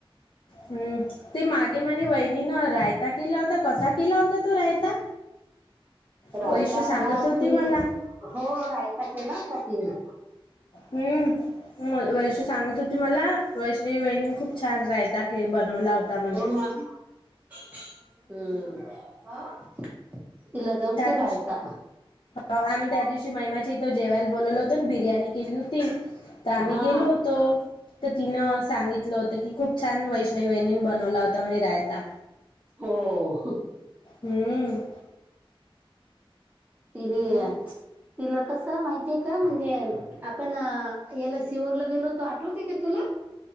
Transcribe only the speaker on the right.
रायता
ती
हो रायता केला होता तिने
हो ना हम्म हा तिला जमतय
रायता
हा
हो हो
तिने
तिला कस माहितीय का म्हणजे आपण याला शिहरला गेलो तर आठवते का तुला?